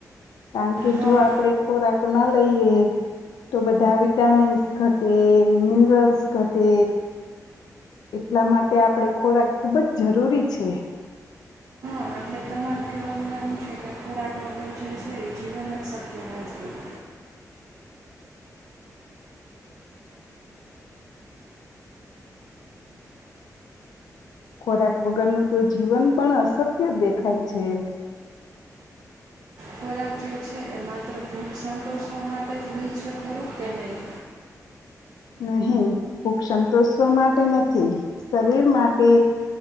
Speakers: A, on the left; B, on the right.
A: કારણ કે,
B: હા
A: જો આપડે ખોરાક ન લઈએ, તો બધા વિટામિન્સ ઘટે મિનરલ્સ ઘટે એટલા માટે આપણે ખોરાક ખૂબ જ જરૂરી છે,
B: હા એટલે તમારું કેવ મા એમ છે, કે ખોરાક વગર જે છે એ જીવન જ શક્ય નથી, જ
A: ખોરાક વગરનું તો જીવન પણ અશક્ય દેખાય છે.
B: ખોરાક જે છે, એ માત્ર ભૂખ સંતોષવા માટે જ હોય છે, ખરું કે નહીં?
A: નહીં ભૂખ સંતોષવા માટે નથી શરીર માટે